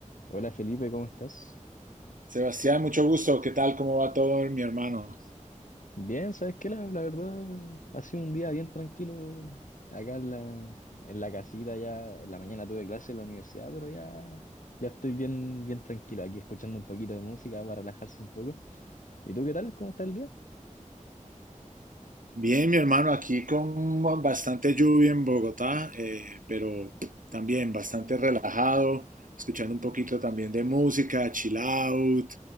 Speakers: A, on the left; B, on the right.
A: Hola Felipe, ¿cómo estás?
B: Sebastián, mucho gusto. ¿Qué tal? ¿Cómo va todo, mi hermano?
A: Bien, ¿sabes qué? La, la verdad ha sido un día bien tranquilo acá en la, en la casita ya, en la mañana tuve clase en la universidad, pero ya, ya estoy bien, bien tranquilo aquí escuchando un poquito de música para relajarse un poco. ¿Y tú qué tal? ¿Cómo está el día?
B: Bien, mi hermano, aquí con bastante lluvia en Bogotá, eh, pero también bastante relajado, escuchando un poquito también de música, chill out,